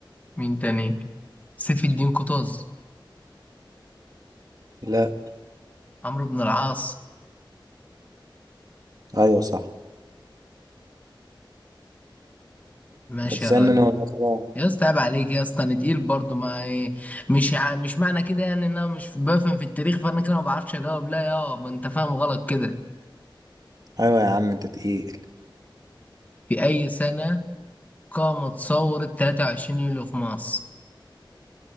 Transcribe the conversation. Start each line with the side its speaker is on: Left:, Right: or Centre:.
Left: مين تاني سيف الدين قطز
Right: لا
Left: عمرو بن العاص
Right: أيوة صح
Left: ماشي
Right: هتسألني
Left: يا ريس
Right: أنا ولا خلاص
Left: يا اسطى عيب عليك يا اسطى انا تقيل برضه ما إيه، مش ع... مش معنى كده يعني ان انا مش بفهم في التاريخ فانا كده ما بعرفش اجاوب لا يا ما انت فاهم غلط كده
Right: أيوة يا عم أنت تقيل
Left: في اي سنة قامت ثورة 23 يوليو في مصر